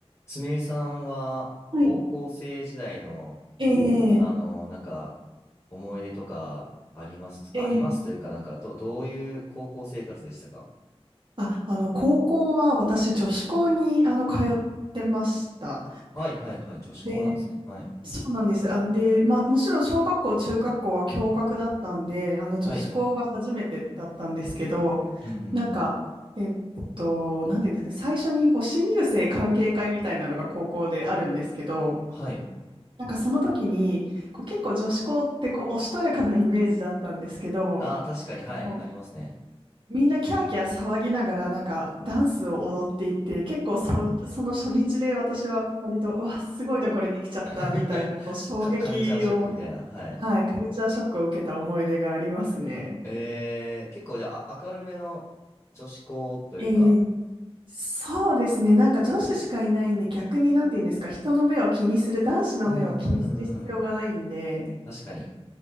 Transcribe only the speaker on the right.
はい。ええ
ええ
あ、あの、高校は私、女子校に、あの、通ってました。
で、
そうなんです。あ、で、まあ、もちろん、小学校、中学校は共学だったんで、あの、女子校が初めてだったんですけど、
なんか、えっと、なんていうんですか、最初に、こう、新入生歓迎会みたいなのが高校であるんですけど、
なんかその時に、こう結構女子校ってこうおしとやかなイメージだったんですけど、
もう
みんなキャーキャー騒ぎながらなんかダンスを踊っていて結構そ、その初日で私は割とうわすごいところに来ちゃったみたいなこう衝撃を、
はい、カルチャーショックを受けた思い出がありますね。
えーそうですねなんか女子しかいないんで逆になんて言うんですか人の目を気にする男子の目を気にする必要がないんで